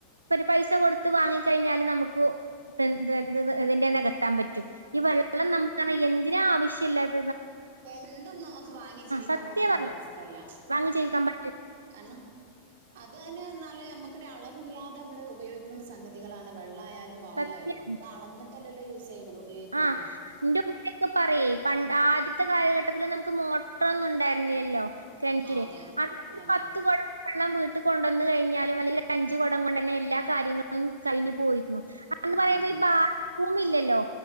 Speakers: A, on the right (about 80°); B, on the right (about 55°).
A: പിന്നെ പൈസ കൊടുത്ത് വാങ്ങിക്ക കഴിഞ്ഞാൽ നമുക്ക് ഇത് ഇതിന്റ നികത്താൻ പറ്റും ഈ വെള്ളം നമുക്ക് പറഞ്ഞാൽ എന്ത് ഇതിന് ആവശ്യല്ലാത
B: എന്തും നമുക്ക് വാങ്ങി ജീവിക്കാൻ
A: സത്യം
B: പറ്റുന്നൊരവസ്ഥല്ല
A: വാങ്ങി ചെയ്യിക്കാൻ പറ്റില്ല
B: കാരണം അത് <unintelligible> നെന്നാല് നമ്മക്കൊരു അളവില്ലാതെ നമ്മള് ഉപയോഗിക്കുന്ന സംഗതി കളാണ് വെള്ളായാലും വായു
A: സത്യം
B: ആയാലും നമ്മള് അളന്നിട്ടല്ലോ യൂസ് ചെയ്യുന്നത് ഉപയോഗിക്കുന്നത്
A: ആഹ് ന്റെ ഉമ്മിയൊക്കെ പറയേ പണ്ട് ആദ്യ അന്നത്തെ കാലഘട്ടത്തില് നമുക്ക് മോട്ടറൊന്നും ഉണ്ടായിരുന്നില്ലല്ലോ കിണറ്റില്
B: ആ അതെ
A: അന്ന് ഒരു
B: അതെ
A: പത്ത് കൊടം വെള്ളം വീട്ടി <unintelligible> കൊണ്ടുവന്നു കഴിഞ്ഞാലും അല്ലെങ്കിൽ അഞ്ചു കുടം കൊണ്ട് വന്നാ എല്ലാ കാര്യങ്ങളും കഴിഞ്ഞു പോയിരുന്നു അന്ന് പറയുമ്പോ
B: ആ
A: ഈ ബാത്ത്റൂമ് ഇല്ലല്ലോ